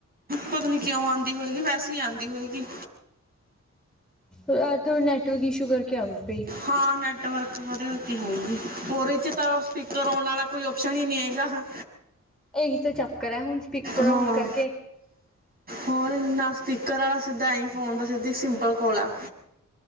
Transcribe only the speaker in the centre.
ਅੱਜ ਤਾਂ ਨੈਟਵਰਕ ਇਸ਼ੂ ਕਰਕੇ ਆਉਂਦੀ ਪਈ।
ਇਹੀ ਤਾਂ ਚੱਕਰ ਐ, ਹੁਣ ਸਪੀਕਰ
ਓਣ ਕਰਕੇ